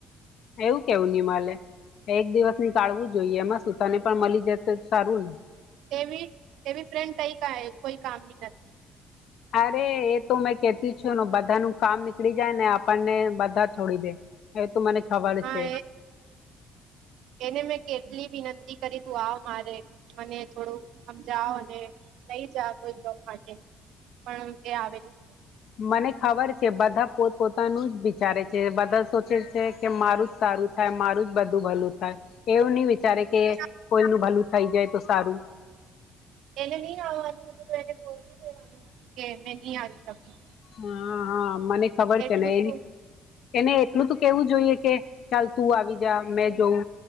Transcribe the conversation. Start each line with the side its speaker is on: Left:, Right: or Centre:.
Left: એવું કેવું નિમાલે એક દિવસ ની ટાળવું જોઈએ એમાં સુું તને પણ મળી જાય તો સારું ને
Right: તે એવી ફ્રેન્ડ કઈ કોઈ કામની નથી.
Left: અરે એ તો મેં કેતી છુંને બધા ન કામ નીકળી જાય ને આપણને બધા છોડી દે તો મને ખબર
Right: હા
Left: છે
Right: એ એને મેં કેટલી વિનંતી કરી તું આવ મારે મને થોડું સમજઓ અને લઈ જા કોઈ જોબ માટે પણ એ આવેલી જ નથી
Left: મને ખબર છે બધા પોત પોતાનું જ વિચારે છે બધા સોચે છે કે મારું જ સારું થાય મારું લું જ બધું ભલું થાય એવું નહી વિચારે કે
Right: નથી
Left: કોઈ ન ભલું થઈ જાય તો સારું
Right: એને નહી આવવાનું હતું તો એને ગોલવી દેવાનું હતું કે મે નહી આવી શકી
Left: હા હા મને ખબર
Right: એટલું
Left: છે ને એ
Right: શું
Left: એને હું તો કેવું જોઈએ કે ચાલ તું આવી જા મેં જોઉં